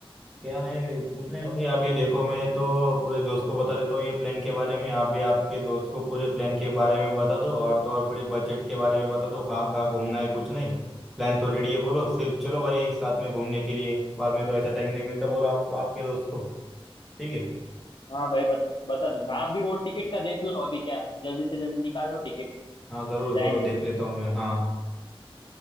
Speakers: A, in the centre; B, on the left.
A: क्या नहीं कुछ नहीं भाई अभी देखो मैं तो पूरे दोस्त को बता देता हूँ ये प्लान के बारे में आप भी आपके दोस्त को पूरे प्लान के बारे में बता दो और तो और पूरे बजट के बारे में बता दो कहाँ कहाँ घूमना है कुछ नहीं प्लान तो रेडी है बोलो सिर्फ चलो भाई साथ में घूमने के लिए बाद में तो ऐसा टाइम नहीं मिलता बोलो आप आपके दोस्त को ठीक है
B: हाँ भाई बत, बता दूंगा आप भी वो टिकट का देख लो अभी क्या जल्दी से जल्दी निकाल लो टिकट
A: हाँ ज़रूर
B: जाएंगे
A: ज़रूर देख लेता हूँ मैं हाँ